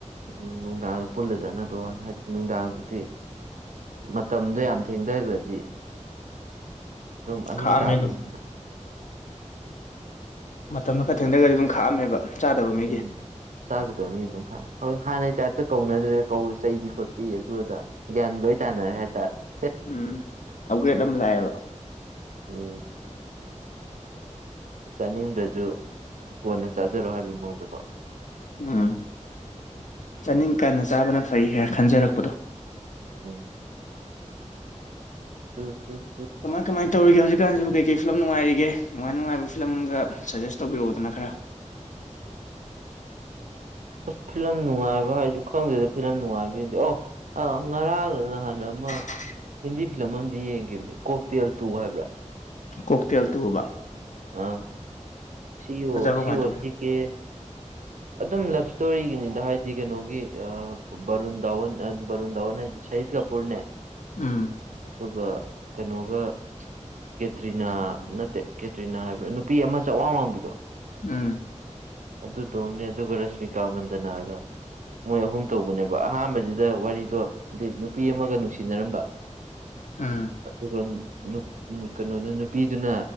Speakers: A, on the right (about 80°); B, on the left (about 75°).
A: ꯎꯝ ꯅꯨꯡꯗꯥꯡ ꯄꯨꯜꯂ ꯆꯠꯅꯕ ꯋꯥꯅꯤ ꯍꯥꯏꯗꯤ ꯅꯨꯡꯗꯥꯡꯗꯨꯗꯤ ꯃꯇꯝꯗꯣ ꯌꯥꯝ ꯊꯦꯡꯊꯈ꯭ꯔꯗꯤ ꯑꯗꯨꯝ ꯑꯍꯤꯡ
B: ꯈꯥꯛꯑꯝꯃꯦ
A: ꯇꯥꯗ꯭ꯣꯏꯅ
B: ꯑꯗꯨꯝ ꯃꯇꯝꯗꯣ ꯈꯔ ꯊꯦꯡꯗꯒꯗꯤ ꯑꯗꯨꯝ ꯈꯥꯛꯑꯝꯃꯦꯕ ꯆꯥꯗꯕ ꯃꯤꯒꯤ
A: ꯎꯝ ꯆꯥꯒꯗꯕꯅꯤ ꯑꯗꯨꯝ ꯈꯥꯛꯑꯦ ꯍꯖꯤ ꯍꯥꯟꯅꯩ ꯇꯥꯏꯞꯇ ꯀꯧꯅꯗ꯭ꯔꯦꯗ ꯀꯧ ꯆꯩꯕꯤ ꯈꯣꯠꯄꯤ ꯑꯗꯨꯑꯗ ꯒꯌ꯭ꯥꯟ ꯂꯣꯏꯅ ꯇꯥꯅꯔꯦ ꯍꯥꯏ ꯇꯥꯔꯦ
B: ꯎꯝ ꯑꯞꯒ꯭ꯔꯦꯗ ꯑꯃ ꯂꯥꯛꯑꯦꯕ
A: ꯎꯝ ꯆꯥꯅꯤꯡꯗ꯭ꯔꯁꯨ ꯀꯣꯟꯅ ꯆꯥꯖꯔꯣ ꯍꯥꯏꯕ ꯃꯑꯣꯡꯗꯀꯣ
B: ꯎꯝ ꯆꯥꯅꯤꯡꯀꯥꯟꯗ ꯆꯥꯕꯅ ꯐꯩ ꯍꯥꯏ ꯈꯟꯖꯔꯛꯄꯗꯣ
A: ꯎꯝ ꯗꯨ ꯗꯨꯠ
B: ꯀꯃꯥꯏ ꯀꯃꯥꯏ ꯇꯧꯔꯤꯒꯦ ꯍꯧꯖꯤꯛ ꯍꯧꯖꯤꯛꯀꯥꯟꯁꯤꯕꯨ ꯀꯩ ꯀꯩ ꯐꯤꯂꯝ ꯅꯨꯡꯉꯥꯏꯔꯤꯒꯦ ꯅꯨꯡꯉꯥꯏ ꯅꯨꯡꯉꯥꯏꯕ ꯐꯤꯂꯝꯒ ꯁꯖꯦꯁ ꯇꯧꯕꯤꯔꯛꯑꯣꯗꯅ ꯈꯔ
A: ꯑꯁ ꯐꯤꯂꯝ ꯅꯨꯡꯉꯥꯏꯕ ꯍꯥꯏꯁꯨ ꯈꯪꯗꯦꯗ ꯐꯤꯂꯝ ꯅꯨꯡꯉꯥꯏꯕꯗꯤ ꯑꯣ ꯑ ꯉꯔꯥꯡ ꯅꯍꯥꯟꯁꯨ ꯑꯃ
B: <unintelligible>
A: ꯍꯤꯟꯗꯤ ꯐꯤꯂꯝ ꯑꯝꯗꯤ ꯌꯦꯡꯒꯤꯕꯅꯤ ꯀꯣꯛ ꯇꯦꯜ ꯇꯨ ꯍꯥꯏꯕ꯭ꯔꯥ
B: ꯀꯣꯛꯇꯦꯜ ꯇꯨ ꯑꯕ
A: ꯑꯥ ꯁꯤ ꯑꯣ
B: ꯐꯖꯕ꯭ꯔꯥ
A: ꯁꯤ
B: ꯀꯃꯥꯏꯅ
A: ꯑꯣ
B: ꯇꯧꯒꯦ
A: ꯁꯤ ꯀꯦ ꯑꯗꯨꯝ ꯂꯞ ꯏꯁꯇꯣꯔꯤꯒꯤꯅꯤꯗ ꯍꯥꯏꯗꯤ ꯀꯩꯅꯣꯒꯤ ꯕꯔꯨꯟ ꯗꯥꯋꯟ ꯕꯔꯨꯟ ꯗꯥꯋꯟ ꯍꯥꯏꯖꯦ ꯁꯍꯤꯗ ꯀꯥꯄꯨꯔꯅꯦ
B: ꯎꯝ
A: ꯑꯗꯨꯒ ꯀꯩꯅꯣꯒ ꯀꯦꯇ꯭ꯔꯤꯅꯥ ꯅꯠꯇꯦ ꯀꯦ ꯇ꯭ꯔꯤꯅꯥ ꯍꯥꯏꯕ꯭ꯔꯥ ꯅꯨꯄꯤ ꯑꯃ ꯆꯋꯥꯡ ꯋꯥꯡꯕꯤꯗꯣ
B: ꯎꯝ
A: ꯑꯗꯨꯗꯣꯝꯅꯦ ꯑꯗꯨꯒ ꯔꯁꯃꯤꯀꯥ ꯃꯟꯗꯅꯥꯒ ꯃꯣꯏ ꯑꯍꯨꯝ ꯇꯧꯕꯅꯦꯕ ꯑꯍꯥꯝꯕꯖꯤꯗ ꯋꯥꯔꯤꯗꯣ ꯅꯨꯄꯤ ꯑꯃꯒ ꯅꯨꯡꯁꯤꯅꯔꯝꯕ <unintelligible>
B: ꯑꯥ
A: ꯑꯗꯨꯒ ꯅꯨꯞ ꯅꯨꯞ ꯀꯩꯅꯣꯗꯨ ꯅꯨꯄꯤꯗꯨꯅ